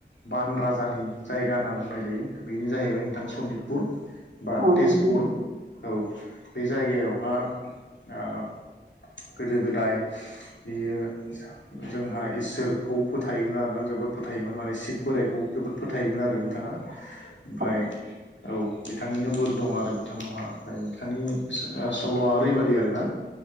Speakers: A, on the left; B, on the right.
A: बान राजानि जायगा होनना बुंनाय जायो बेनो जाहैबाय नोंथां सनितपुर बा
B: औ नोंथां औ
A: तेजपुर
B: नोंथां
A: औ बे जायगायावहा ओ गोदो गोदाय बियो जोंहा इसोरखौ फोथायोमोन आरोना जोबोद फोथायोमोन माने शिब बोराइखौ जोबोद फोथायोमोन आरो बिथाङा
B: <inaudible>
A: ओमफ्राय औ बिथांनिनो बोर दं आरो बिथांनावहा ओमफ्राय बिथांनि सल'आ ओरैबायदि आरो ना